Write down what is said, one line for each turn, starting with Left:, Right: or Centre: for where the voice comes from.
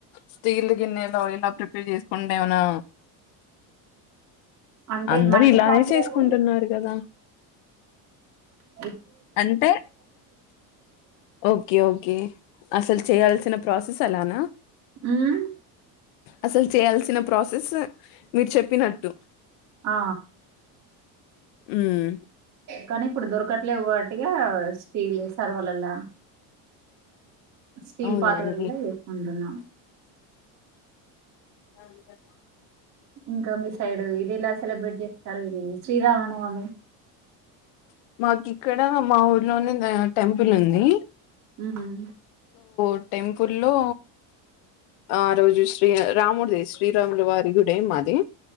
Left: స్టీల్ గిన్నెలో అయినా ప్రిపేర్ చేసుకుండా ఏమనా
Right: అంటే
Left: అందరు
Right: మట్టి
Left: ఇలానే
Right: పాత్రలు
Left: చేసుకుంటున్నారు కదా
Right: ఉ
Left: అంటే ఓకే ఓకే అసలు చేయాల్సిన ప్రాసెస్ తలానా
Right: ఉమ్
Left: అసలు చేయాల్సిన ప్రాసెస్ మీరు చెప్పినట్టు
Right: ఆ
Left: ఉమ్
Right: కానీ ఇప్పుడు దొరకట్లేవ్వు కాబట్టిగా స్టీల్ సర్వలలా స్టీల్
Left: అవునా
Right: పాత్రలల్ల
Left: అండి
Right: చేసుకుంటున్నం
Left: అవును కదా
Right: ఇంకా మీ సైడ్ ఇది ఎలా సెలబ్రేట్ చేస్తారు ఇది శ్రీరామనవమి
Left: మాకు ఇక్కడ మా ఊర్లోనే టెంపుల్ ఉంది
Right: ఉం
Left: ఆ టెంపుల్లో ఆ రోజు శ్రీ రాముడిదే శ్రీరాముల వారి గుడే మాది